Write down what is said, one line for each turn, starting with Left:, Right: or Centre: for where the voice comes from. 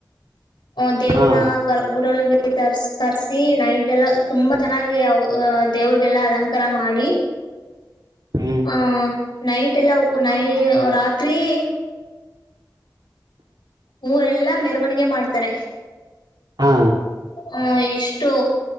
Left: ಹು ದೇವ್ರನ್ನಾ
Right: ಹಾ
Left: ಕರ್ ಊರಲ್ ಇರ್ ಇ ತರ್ ಕರ್ಸಿ ನೈಟ್ ಎಲ್ಲ ತುಂಬಾ ಚೆನ್ನಾಗಿ ಅವ್ ಆ ದೇವ್ರಿಗೆಲ್ಲಾ ಅಲಂಕಾರ ಮಾಡಿ.
Right: ಹ್ಮ್
Left: ಹಾ ನೈಟೆಲ್ಲ ಉಕು ನೈ ಉ ರಾತ್ರೀ. ಊರೆಲ್ಲಾ ಮೆರವಣಿಗೆ ಮಾಡ್ತಾರೆ
Right: ಹಾ
Left: ಹು ಎಷ್ಟು